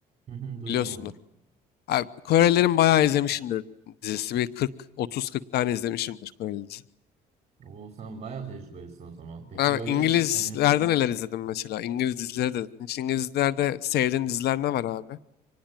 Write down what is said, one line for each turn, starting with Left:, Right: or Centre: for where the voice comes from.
Right: Hı hı, duydum
Left: Biliyorsundur.
Right: onu.
Left: Abi, Korelilerin bayağı izlemişimdir dizisi. Bir 40, 30-40 tane izlemişimdir Koreli dizi.
Right: O sen bayağı tecrübelisin o zaman. Peki
Left: Abi,
Right: böyle
Left: İngilizlerden
Right: hani
Left: neler izledim mesela? İngiliz dizileri de. Hiç İngilizlerde sevdiğin diziler ne var abi?